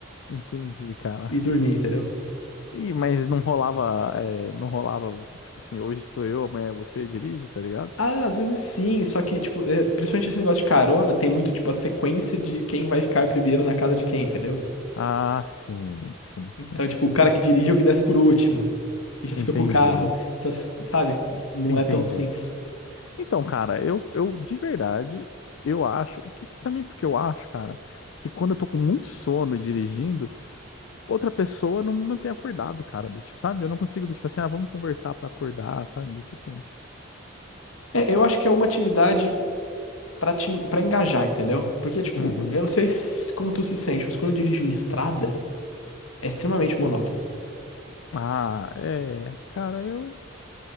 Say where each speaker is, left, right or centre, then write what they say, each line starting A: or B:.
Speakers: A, on the left; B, on the left.
A: Entendi, cara.
B: e dormir, entendeu?
A: Ih, mas não rolava, é, não rolava, tipo assim, hoje sou eu, amanhã é você dirige, tá ligado?
B: Ah, às vezes sim, só que, tipo, é, principalmente esse negócio de carona, tem muito, tipo, a sequência de quem vai ficar primeiro na casa de quem, entendeu?
A: Ah, sim, sim,
B: Então,
A: sim.
B: tipo, o cara que dirige é o que desce por último e já
A: Entendi,
B: fica com o carro. Então, s- sabe? Não
A: entendi.
B: é tão simples.
A: Então, cara, eu, eu de verdade, eu acho, que que também porque eu acho, cara, que quando eu tô com muito sono dirigindo, outra pessoa não me mantém acordado, cara. Do tipo, sabe? Eu não consigo, do tipo assim, ah, vamos conversar pra acordar, sabe? Do tipo.
B: É, eu acho que é uma atividade pra, te, pra engajar, entendeu? Porque, tipo,
A: Uhum.
B: eu não sei se- como tu se sente, mas quando eu dirijo em estrada, é extremamente monótono.
A: Ah, é. Cara, eu.